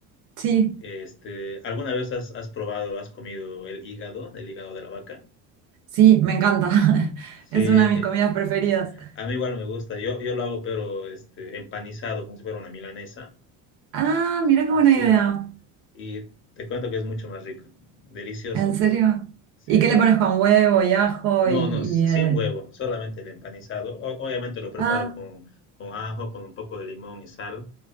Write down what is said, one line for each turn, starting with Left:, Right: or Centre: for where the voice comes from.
Right: Sí,
Left: Este, ¿alguna vez has, has probado, has comido el hígado, el hígado de la vaca?
Right: sí, me encanta. <laughs>
Left: Sí,
Right: Es
Left: eh,
Right: una de mis comidas preferidas.
Left: a mí igual me gusta. Yo, yo lo hago, pero este, empanizado, como si fuera una milanesa.
Right: Ah, mira qué
Left: Así.
Right: buena idea.
Left: Y te cuento que es mucho más rico. Delicioso,
Right: ¿En
Left: sí.
Right: serio?
Left: Sí.
Right: ¿Y qué le pones con huevo y ajo
Left: No,
Right: y...
Left: no,
Right: y,
Left: s-
Right: eh,
Left: sin huevo, solamente el empanizado. O- obviamente lo preparo
Right: Ah,
Left: con, con ajo, con un poco de limón y sal,